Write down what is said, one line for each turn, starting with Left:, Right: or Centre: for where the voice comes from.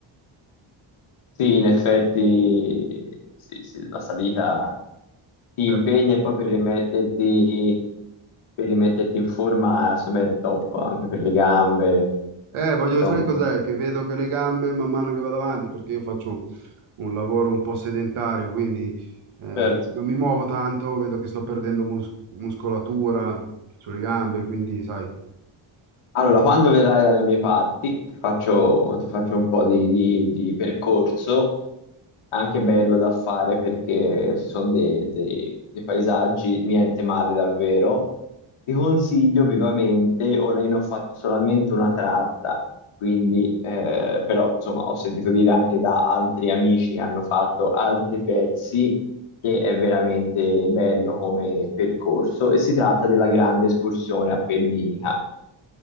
Left: Sì, in effetti, sì, sì, la salita. ti
Right: Cioè,
Left: impegni e poi per rimetterti, per rimetterti in forma, insomma, è il top anche per le gambe,
Right: eh, voglio,
Left: insomma.
Right: sai cos'è? Che vedo che le gambe man mano che vado avanti, perché io faccio un lavoro un po' sedentario, quindi eh, non
Left: Certo.
Right: mi muovo tanto, vedo che sto perdendo mus- muscolatura sulle gambe, quindi sai,
Left: Allora,
Right: eh,
Left: quando verrai dalle mie parti, ti faccio, ti faccio un po' di, di- di percorso anche bello da fare perché ci sono dei, dei- dei paesaggi, niente male davvero. Ti consiglio vivamente, ora io ne ho fatto solamente una tratta, quindi eh, però insomma ho sentito dire anche da altri amici che hanno fatto altri pezzi che è veramente bello come percorso e si tratta della grande escursione appenninica.